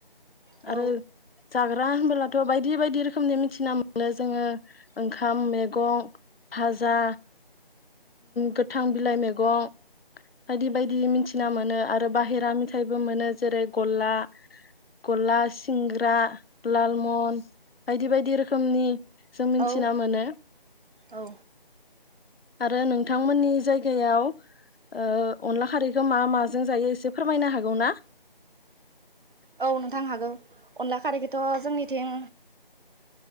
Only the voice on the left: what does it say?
आरो जाग्रा होनब्लाथ' बायदि बायदि रोखोमनि मिथिना मोनो जोङो। ओंखाम मैगं भाजा। गोथां बिलाइ मैगं बायदि बायदि मिथिना मोनो आरो बाहेरा मेथाइबो मोनो जेरै गला गला सिंग्रा लालमन बायदि बायदि रोखोमनि। जों मिथिना
मोनो।
आरो नोंथांमोननि जायगायाव ओ अनला खारैखौ मा माजों जायो एसे फोरमायनो हागौ ना?